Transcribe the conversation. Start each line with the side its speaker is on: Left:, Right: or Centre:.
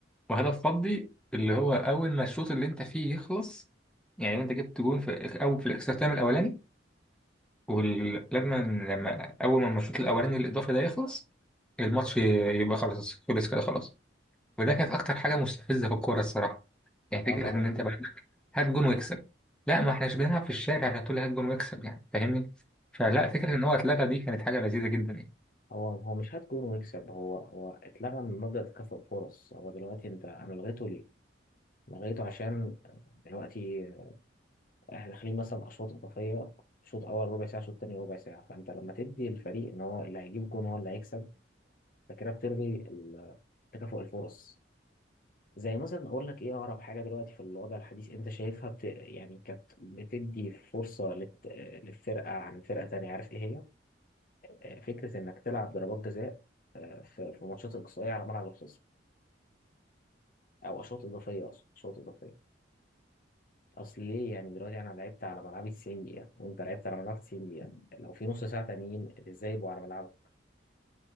Centre: وهدف فضي اللي هو أول ما الشوط اللي أنت فيه يخلص يعني أنت جبت جون في الإك- أو في الاكسترا تايم الأولاني ولما لما لما أول ما الشوط الأولاني الإضافي ده يخلص الماتش يبقى خلاص خلص كده خلاص وده كانت اكتر حاجه مستفزه في الكوره الصراحه يعني فكره
Left: اه طبعا
Centre: ان انت بقى عندك هات جون واكسب لا ما احناش بنلعب في الشارع عشان تقول لي هات جون واكسب يعني فاهمني فلا فكره ان هو اتلغى دي كانت حاجه لذيذه جدا يعني
Left: هو هو مش هات جون ويكسب هو هو اتلغى من مبدأ تكافؤ الفرص هو دلوقتي انت انا لغيته ليه؟ لغيته عشان دلوقتي احنا داخلين مثلا اشواط اضافيه شوط اول ربع ساعه شوط تاني ربع ساعه فانت لما تدي الفريق ان هو اللي هيجيب جون هو اللي هيكسب فكده بتلغي ال- تكافؤ الفرص زي مثلا اقول لك ايه اقرب حاجه دلوقتي في الوضع الحديث انت شايفها بت... يعني كانت بتدي فرصه للت... للفرقه عن فرقه تانيه عارف ايه هي؟ آه، فكره انك تلعب ضربات جزاء آه، في في ماتشات اقصائيه على ملعب الخصم او اشواط اضافيه اصلا اشواط اضافيه اصل ليه يعني دلوقتي انا لعبت على ملعبي 90 دقيقه وانت لعبت على ملعبك 90 دقيقه لو في نص ساعه تانيين ازاي يبقوا على ملعبك